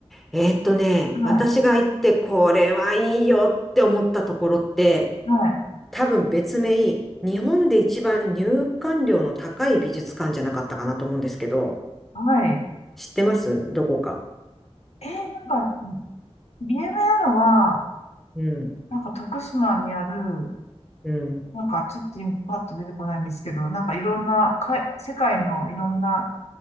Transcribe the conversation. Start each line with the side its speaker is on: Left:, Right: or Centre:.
Centre: えーっとね、
Left: はい、
Centre: 私が行って、これはいいよって思ったところって、
Left: はい、
Centre: 多分別名、日本で一番入館料の高い美術館じゃなかったかなと思うんですけど、
Left: はい。
Centre: 知ってますどこか。
Left: えー、なんか、有名なのは、
Centre: うん、
Left: なんか徳島にある、
Centre: うん、
Left: なんかちょっと今パッと出てこないんですけど、なんかいろんな、か、世界のいろんな